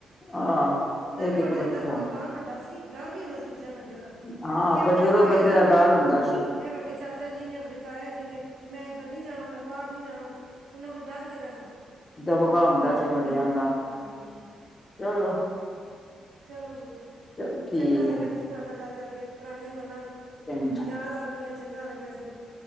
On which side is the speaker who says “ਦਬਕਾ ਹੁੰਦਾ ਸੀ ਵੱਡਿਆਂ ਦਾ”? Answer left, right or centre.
Left